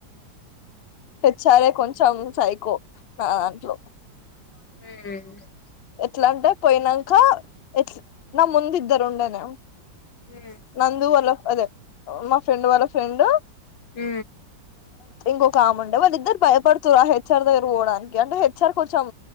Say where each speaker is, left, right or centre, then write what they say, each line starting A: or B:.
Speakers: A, on the left; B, on the left.
A: హెచ్చారే కొంచెం సైకో నా దాంట్లో
B: మ్మ్
A: ఎట్లంటే పోయినంక ఎట్ నా ముందిద్దరు ఉండేనే
B: మ్మ్
A: నందు వాళ్ళక్కదే మా ఫ్రెండ్ వాళ్ళ ఫ్రెండ్
B: మ్
A: ఇంకొక ఆముండే వాళ్ళ ఇద్దరు భయపడుతురు ఆ హెచ్ఆర్ దగ్గర పోవడానికి అంటే హెచ్ఆర్ కొంచం